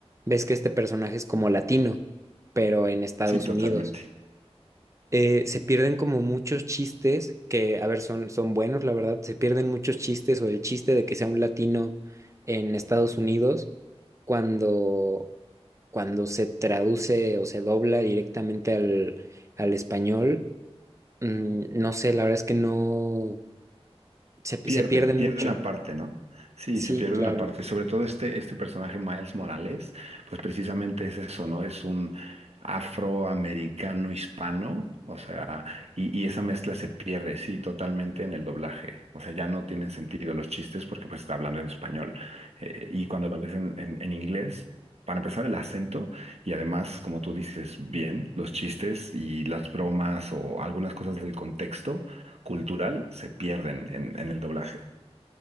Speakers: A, on the right (about 30°); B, on the right (about 75°).
A: ves que este personaje es como latino, pero en Estados
B: sí, totalmente.
A: Unidos eh, se pierden como muchos chistes que, a ver, son, son buenos, la verdad, se pierden muchos chistes o el chiste de que sea un latino en Estados Unidos cuando, cuando se traduce o se dobla directamente al, al español. Mm, no sé, la verdad es que no, se,
B: Pierde,
A: se pierde
B: pierde
A: mucho.
B: una parte, ¿no? Sí,
A: Sí,
B: se pierde
A: claro.
B: una parte. Sobre todo este, este personaje, Miles Morales, pues precisamente es eso, ¿no? Es un afroamericano hispano, o sea, y, y esa mezcla se pierde, sí, totalmente en el doblaje. O sea, ya no tienen sentido los chistes porque pues está hablando en español. Eh, y cuando lo ves en, en en inglés, para empezar el acento y además, como tú dices, bien, los chistes y las bromas o algunas cosas del contexto cultural se pierden en, en el doblaje.